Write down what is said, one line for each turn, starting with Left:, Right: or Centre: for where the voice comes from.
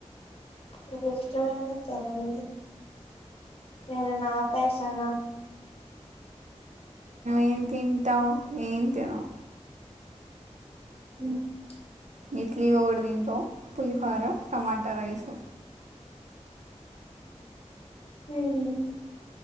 Left: మీకు ఇష్టమే కదా తినండి నేను ఎన ఆపేసాన
Right: ఏం తింటావు ఏన్ తినవు
Left: మ్మ్ హు
Right: ఇడ్లీ ఒకటి తింటావు పులిహర టమాటా రైసు
Left: నేను